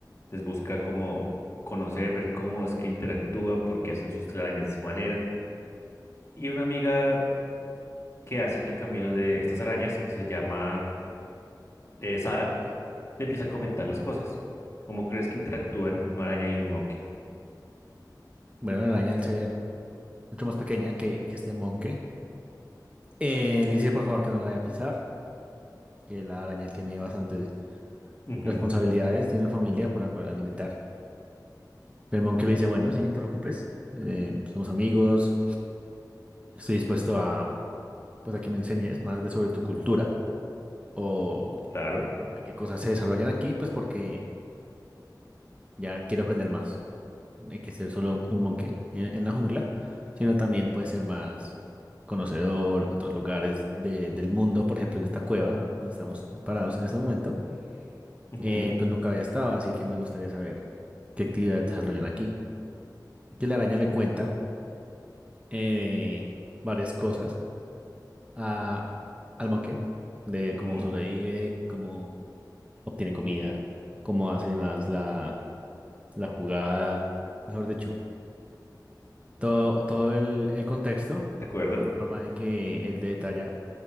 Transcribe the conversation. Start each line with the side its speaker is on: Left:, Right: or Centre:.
Left: les busca como conocer, ver cómo es que interactúan, por qué hacen sus telarañas de esa manera. Y una amiga que hace en el camino de estas arañas, que se llama eh, Sara, le empieza a comentar las cosas. ¿Cómo crees que interactúan una araña y un monkey?
Right: Bueno, la araña, al ser mucho más pequeña que, que este monje, eh, le dice por favor que no la vaya a pisar, que la araña tiene bastantes
Left: Ujú,
Right: responsabilidades, tiene una familia por la cual alimentar. Pero el monje le dice, bueno, sí, no te preocupes, eh, somos amigos, estoy dispuesto a, pues, a que me enseñes más de sobre tu cultura. o
Left: claro.
Right: de qué cosas se desarrollan aquí, pues porque ya quiero aprender más. No Hay que ser solo un monje en, en la jungla, sino también puede ser más conocedor, otros lugares de- del mundo, por ejemplo, en esta cueva donde estamos parados en este momento,
Left: Ujú,
Right: eh, pues nunca había estado, así que me gustaría saber qué actividades desarrollan aquí. Aquí la araña le cuenta eh, varias cosas a, al monje, de
Left: ujú,
Right: cómo sobrevive, cómo obtiene comida, cómo hace más la la jugada, mejor dicho, todo, todo el, el contexto,
Left: ¿de acuerdo?
Right: de forma de que él detalla,